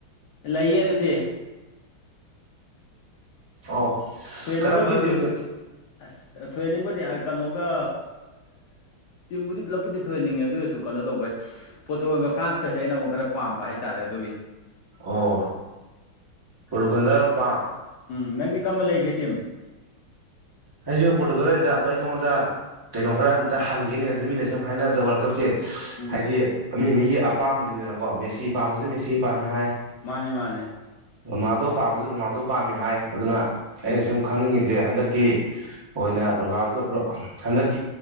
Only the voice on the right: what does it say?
ꯑꯣ
ꯀꯔꯝꯕ
ꯇꯤꯝꯗ
ꯑꯣ ꯄꯨꯔꯇꯨꯒꯟꯗ ꯄꯥꯝ
ꯑꯩꯁꯨ ꯄꯣꯔꯇꯤꯀꯨꯂꯔꯗ ꯑꯗꯣ ꯑꯩ ꯅꯉꯣꯟꯗ ꯀꯩꯅꯣ ꯈꯔ ꯑꯝꯇ ꯍꯪꯒꯦꯅꯦ ꯑꯗꯨꯗꯤ ꯃꯤꯅ ꯁꯨꯝ ꯍꯥꯏꯅꯕꯗ ꯋꯥꯔꯜ ꯀꯞꯁꯦ
ꯍꯥꯏꯗꯤ ꯃꯤ ꯃꯤꯒꯤ ꯑꯄꯥꯝꯕꯅꯤꯗꯅ ꯀꯣ ꯃꯦꯁꯤ ꯄꯥꯝꯕꯁꯨ ꯃꯦꯁꯤ ꯄꯥꯝꯃꯦ ꯍꯥꯏ
ꯔꯣꯅꯥꯜꯗꯣ ꯄꯥꯝꯕꯁꯨ ꯔꯣꯅꯥꯜꯗꯣ ꯄꯥꯝꯃꯦ ꯍꯥꯏ ꯑꯗꯨꯅ ꯑꯩꯅ
ꯁꯨꯝ ꯈꯪꯅꯤꯡꯉꯤꯁꯦ ꯍꯟꯗꯛ ꯗꯒꯤ ꯑꯣꯏꯅ ꯔꯣꯂꯥꯜꯗꯣ ꯔꯣ ꯍꯟꯗꯛ